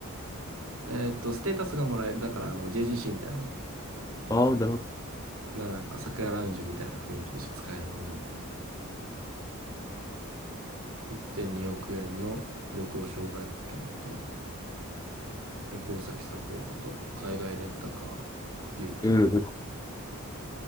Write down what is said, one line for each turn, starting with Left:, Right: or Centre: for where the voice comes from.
Right: えーっと、ステータスがもらえる。だから、あの、JGC みたいなもん。
Left: ああー、なるほど。
Right: な、なんか、桜ラウンジみたいな雰囲気でしょ使えるものに。1.2億円の旅行障害保険と、旅行先サポートと、海外レンタカー、優待。
Left: うん、うん。